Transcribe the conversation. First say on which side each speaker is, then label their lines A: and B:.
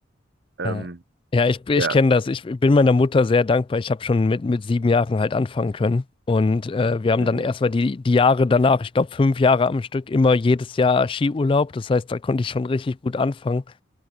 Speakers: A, on the right; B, on the left.
A: Ähm,
B: Ja, ja ich, ich
A: ja.
B: kenne das. Ich bin meiner Mutter sehr dankbar. Ich habe schon mit, mit sieben Jahren halt anfangen können. Und äh, wir haben
A: Mhm.
B: dann erstmal die, die Jahre danach, ich glaube fünf Jahre am Stück, immer jedes Jahr Skiurlaub. Das heißt, da konnte ich schon richtig gut anfangen.